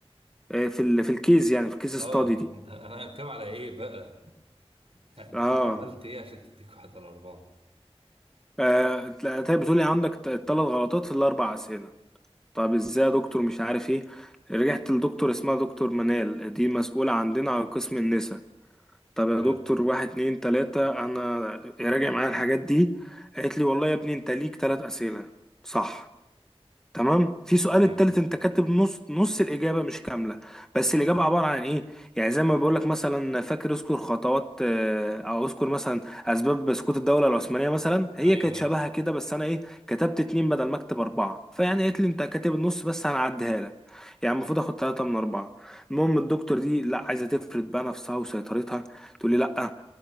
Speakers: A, in the centre; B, on the right.
A: آه، في ال في الكيس يعني في الكيس
B: اه
A: ستادي دي
B: ده انا كام على ايه بقى <laughs> يعني
A: اه
B: انت عملت ايه عشان تديك واحد على اربعة
A: آه، تلاقي بتقولي عندك ثلاث غلطات في الاربع اسئله طب ازاي يا دكتور مش عارف ايه رجعت لدكتور اسمها دكتور منال دي مسؤوله عندنا على قسم النساء طب يا
B: حلو
A: دكتور واحد اتنين تلاته انا راجع معايا الحاجات دي قالت لي والله يا ابني انت ليك ثلاث اسئله صح تمام في سؤال
B: تمام
A: التالت انت كاتب نص نص الاجابه مش كامله بس الاجابه عباره عن ايه يعني زي ما بقول لك مثلا فاكر اذكر خطوات آه، او اذكر مثلا اسباب سقوط الدوله العثمانيه مثلا هي
B: ايوه
A: كانت شبهها
B: ايوه
A: كده بس انا ايه كتبت اتنين بدل ما اكتب اربعه فيعني قالت لي انت كاتب النص بس هنعديها لك يعني المفروض اخد ثلاثة من أربعة المهم الدكتور دي لا عايزة تفرد بقى نفسها وسيطرتها تقول لي لا